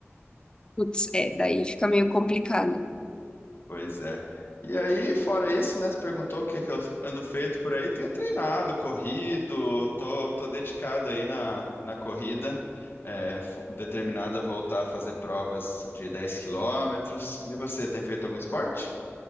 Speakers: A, on the left; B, on the left.
A: Putz, é, daí fica meio complicado.
B: Pois é. E aí, fora isso, né? Você perguntou o que que eu ando feito por aí. Tenho treinado, corrido, tô, tô dedicado aí na, na corrida, é, f- determinado a voltar a fazer provas de 10 quilômetros. E você, tem feito algum esporte?